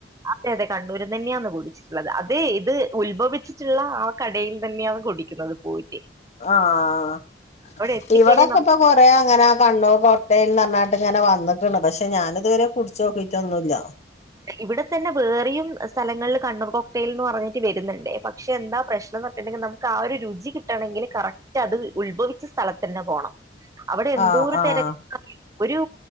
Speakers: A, on the right; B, on the left.
A: അതെ അതെ കണ്ണൂരിന്ന് തന്ന്യാന്ന് കുടിച്ചിട്ടുള്ളത് അതെ ഇത് ഉത്ഭവിച്ചിട്ടുള്ള ആ കടയിൽ തന്നെയാണ് കുടിക്കുന്നത് പോയി
B: ആഹ്
A: എത്തിക്കഴിഞ്ഞാൽ
B: ഇവിടൊക്കെ
A: നമുക്ക്
B: ഇപ്പ കൊറേ അങ്ങനെ കണ്ണൂർ കോ ക്ടെയ്ൽന്ന് പറഞ്ഞാട്ട് ങ്ങനെ വന്ന്ക്ക്ണ് പക്ഷെ ഞാനിതുവരെ കുടിച്ച് നോക്കിട്ടൊന്നുല്ല.
A: ഇവിടെ തന്നെ വേറെയും സ്ഥലങ്ങളിൽ കണ്ണൂർ കോക്ടെയിൽ ന്ന് പറഞ്ഞിട്ട് വരുന്നുണ്ട് പക്ഷെ എന്താ പ്രശ്നം ന്നു ണ്ടെങ്കി നമുക്ക് ആ ഒരു രുചി കിട്ടണെങ്കിൽ കറക്റ്റ് അത് ഉത്ഭവിച്ച സ്ഥലത്തന്നെ പോണം. അവിടെ എന്തോരു
B: ആഹ് ആഹ്
A: തിരക്കാന്നറിയോ ഒരു